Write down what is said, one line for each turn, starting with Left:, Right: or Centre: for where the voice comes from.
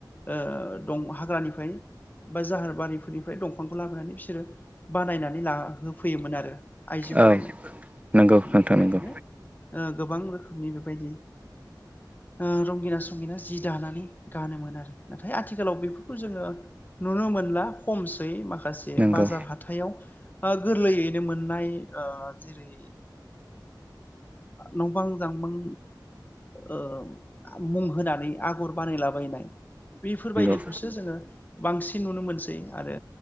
Left: ओ दं हाग्रानिफ्राय बा जाहार बारिफोरनिफ्राय दंफांखौ लाबोनानै बिसोरो बानायनानै ला होफैयोमोन आरो आइजोफोरनो
Right: औ नंगौ नोंथां
Left: बेबायदिनो।
Right: नंगौ
Left: ओ गोबां रोखोमनि बेबायदि ओ रंगिना संगिना जि दानानै गानोमोन आरो ‌। नाथाय आथिखालाव बेफोरखौ जोङो नुनो मोनला खमसै माखास
Right: नंगौ
Left: बाजार हाथायाव गोरलैयैनो मोननाय ओ जेरै नंबां जांबां ओ मुं होनानै आगर बानायलाबायनाय, बेफोरबायदिखौसो
Right: नंगौ
Left: जोङो बांसिन नुनो मोनसै आरो